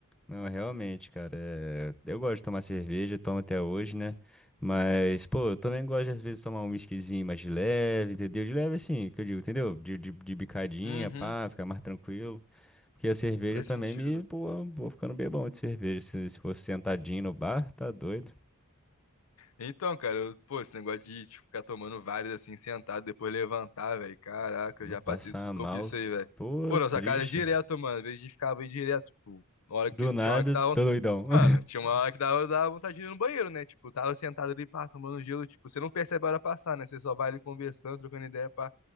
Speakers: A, in the centre; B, on the left (about 80°).
A: Não, realmente, cara. é, Eu gosto de tomar cerveja, tomo até hoje, né? Mas, pô, eu também gosto de, às vezes, tomar um whiskyzinho mais de leve, entendeu? De leve, assim, que eu digo, entendeu? De, de, de bicadinha,
B: Uhum.
A: pá, ficar mais tranquilo. Porque a cerveja
B: Faz
A: também
B: sentido.
A: me, pô, vou ficando bem bom de cerveja. Se, se fosse sentadinho no bar, tá doido.
B: Então, cara, eu- pô, esse negócio de tipo, ficar tomando vários assim, sentado, depois levantar, velho. Caraca,
A: Vou
B: eu já
A: passar
B: passei sufoco
A: mal.
B: isso aí, velho.
A: Pô,
B: Pô, nossa
A: triste.
B: casa é direto, mano. Às vezes a gente ficava aí direto, tipo, na hora
A: Do
B: que,
A: nada,
B: tinha hora que tava
A: tô doidão.
B: Mano,
A: <laughs>
B: tinha uma hora que dava, dava vontade de ir no banheiro, né? Tipo, tava sentado ali, pá, tomando gelo. Tipo, você não percebe a hora passar, né? Você só vai ali conversando, trocando ideia, pá.